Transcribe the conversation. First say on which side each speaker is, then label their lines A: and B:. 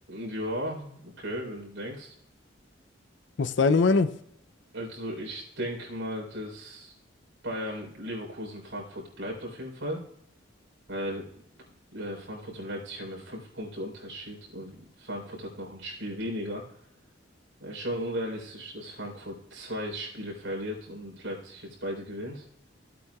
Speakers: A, on the right; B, on the left.
A: Ja, okay, wenn du denkst.
B: was ist deine Meinung?
A: Also ich denke mal, dass Bayern, Leverkusen, Frankfurt bleibt auf jeden Fall, weil äh, Frankfurt und Leipzig haben ja fünf Punkte Unterschied und Frankfurt hat noch ein Spiel weniger. Äh, schon unrealistisch, dass Frankfurt zwei Spiele verliert und Leipzig jetzt beide gewinnt.